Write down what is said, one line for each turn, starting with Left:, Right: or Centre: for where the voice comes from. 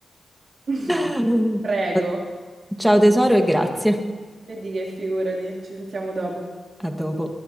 Right: <laughs>
Centre: <laughs>
Right: Prego.
Centre: Ciao tesoro e grazie.
Right: E di che figurati, ci sentiamo dopo.
Centre: A dopo.